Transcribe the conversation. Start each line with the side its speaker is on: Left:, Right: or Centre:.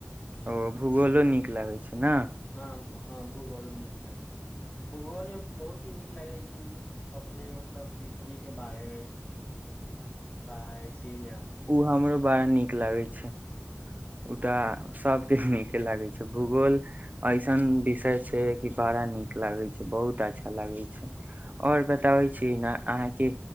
Right: ओ भूगोलो नीक लागैत छै ने
Left: हँ हँ भूगोलो नीक लागै छै भूगोल मे बहुत ही नीक लागै छै ओ अपने मतलब पृथ्वी के बारेमे पढ़ै छी ने
Right: ओ हमरो बड़ा नीक लागै छै ओ त सबके नीके लागै छै भूगोल ऐसन विषय छै कि बड़ा नीक लागे छै बहुत अच्छा लागे छै आओर बताबै छीयै न अहाँके